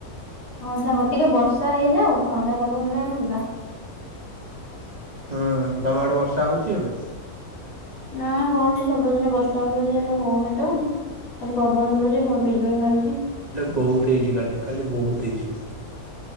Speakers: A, on the left; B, on the right.
A: ହଁ ସାଙ୍ଗ ଟିକେ ବର୍ଷା ହେଇଯାଉ ଥଣ୍ଡା ପାଗ ହେଲେ ଆମେ ଯିବା।
B: ହଁ ତମ ଆଡେ ବର୍ଷା ହଉଛି ଏବେ।
A: ନା ହଉନି ସବୁଦିନେ ବର୍ଷା ହୁଏ ଯେ ହେଲେ ହଉନି ତ। ଖାଲି ପବନ ଦଉଛି ଭ ବିଜୁଳି ମାରୁଛି।
B: ବହୁତି ଇଜି କାଲି କାଲି ବହୁତ୍ ହେଇଛି।